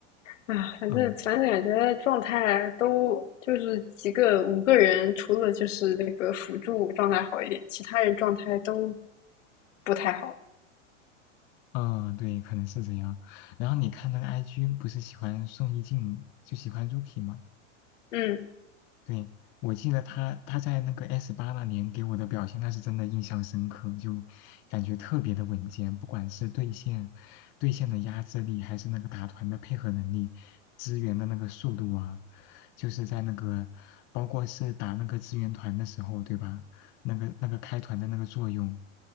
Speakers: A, on the left; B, on the left.
A: 啊，反正反正感觉状态都就是几个五个人，
B: 嗯
A: 除了就是那个辅助状态好一点，其他人状态都不太好。
B: 嗯，对，可能是这样。然后你看那个 IG 不是喜欢宋一静，就喜欢 Rookie 吗？
A: 嗯。
B: 对，我记得他他在那个 S 八那年给我的表现，那是真的印象深刻，就感觉特别的稳健，不管是对线对线的压制力，还是那个打团的配合能力，支援的那个速度啊，就是在那个包括是打那个支援团的时候，对吧？那个那个开团的那个作用，